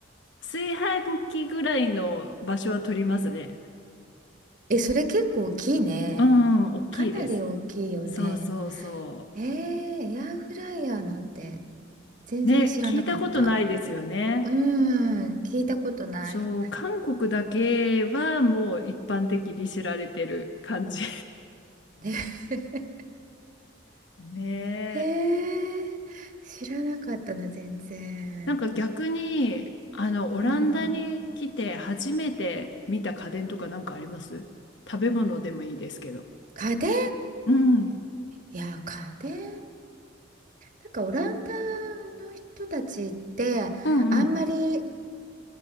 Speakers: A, on the left (about 60°); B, on the right (about 40°).
A: 炊飯器ぐらいの場所は取りますね。
B: え、それ結構大きいね。
A: うんうん、大きいです。
B: かなり大きいよね。
A: そうそうそ
B: えー、エアフライヤーなんて全然知らなかった。
A: う。ね、聞いたことないですよね。
B: うーん、聞いたことない。
A: そう、韓国だけはもう一般的に知られてる感じ。
B: ね <laughs>
A: <laughs> ね
B: へえ、
A: え。
B: 知らなかったな、全然。
A: なんか逆に、あの、オランダに来て初めて見た家電とかなんかあります食べ物でもいいですけど。
B: うん。家電
A: うん。
B: いや、家電は、なんかオランダの人たちって、
A: うんうん。
B: あんまり